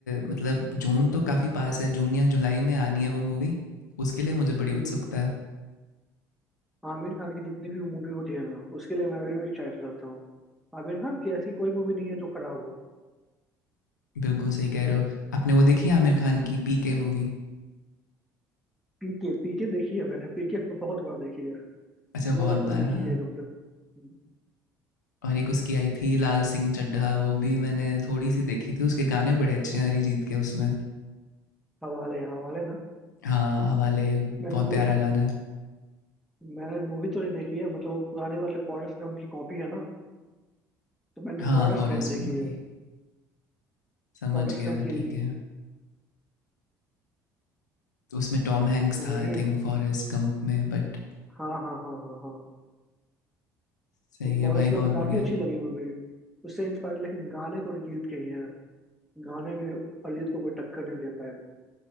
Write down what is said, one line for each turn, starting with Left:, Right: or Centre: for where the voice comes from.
Left: मतलब जून तो काफ़ी पास है, जून या जुलाई में आनी है वो मूवी। उसके लिए मुझे बड़ी उत्सुकता
Centre: हम्म,
Left: है।
Centre: आमिर खान की जितनी भी मूवी होती है ना उसके लिए मैं भी एक्साइटेड रहता हूँ आमिर खान की ऐसी कोई मूवी नहीं है जो खराब हो
Left: बिल्कुल सही कह रहे हो। आपने वो देखी है आमिर खान की पीके मूवी?
Centre: पीके पीके देखी है मैंने पीके बहुत बार देखी है
Left: अच्छा
Centre: दो
Left: बहुत
Centre: बार तो
Left: बार
Centre: देखी
Left: हाँ।
Centre: है कम से कम
Left: और एक उसकी आई थी लाल सिंह चड्ढा, वो भी मैंने थोड़ी-सी देखी थी। उसके गाने बड़े अच्छे हैं अरिजीत के उसमें।
Centre: हवाले हवाले ना
Left: हाँ, हवाले बहुत
Centre: मैंने मूव
Left: प्यारा गाना है।
Centre: मैंने मूवी तो नहीं देखी है मतलब वो पुराने वाले फॉरेस्ट गम की कॉपी है ना तो मैंने
Left: हाँ,
Centre: फॉरेस्ट
Left: फॉरेस्ट
Centre: गम देखी
Left: गंप की।
Centre: है
Left: समझ
Centre: फॉरेस्ट
Left: गया,
Centre: गम की
Left: ठीक है। उसमें टॉम हैंक्स
Centre: तो यही
Left: था आई
Centre: है
Left: थिंक फॉरेस्ट गंप में बट
Centre: हाँ हाँ हाँ हाँ हाँ
Left: सही
Centre: तो
Left: है
Centre: फॉरेस्ट
Left: भाई
Centre: गम
Left: बहुत
Centre: काफी
Left: बढ़िया
Centre: अच्छी लगी मूवी उससे इंस्पायर लेकिन गाने तो अरिजीत के ही हैं गाने में अरिजीत को कोई टक्कर नहीं दे पाएगा